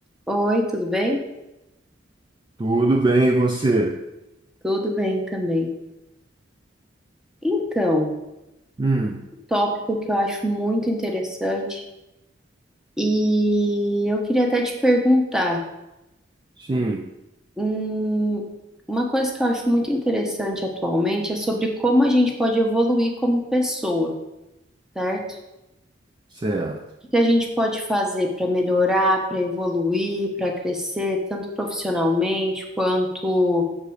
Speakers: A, in the centre; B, on the right (about 25°).
A: Oi, tudo bem?
B: Tudo bem, e você?
A: Tudo bem também. Então, um
B: Hum,
A: tópico que eu acho muito interessante e eu queria até te perguntar,
B: sim,
A: hum, uma coisa que eu acho muito interessante atualmente é sobre como a gente pode evoluir como pessoa, certo?
B: certo.
A: O que que a gente pode fazer para melhorar, para evoluir, para crescer, tanto profissionalmente quanto,